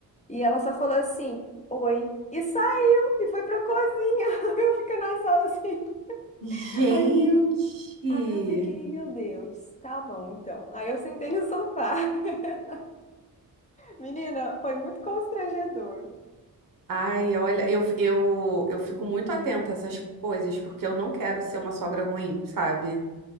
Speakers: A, on the left; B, on the right.
A: E ela só falou assim, oi. E saiu e foi pra cozinha. <laughs> Eu fico na sala assim.
B: Gente!
A: Aí eu, aí eu fiquei, meu Deus, tá bom então. Aí eu sentei no sofá. <laughs> Menina, foi muito constrangedor.
B: Ai, olha, eu, eu, eu fico muito atenta a essas coisas, porque eu não quero ser uma sogra ruim, sabe?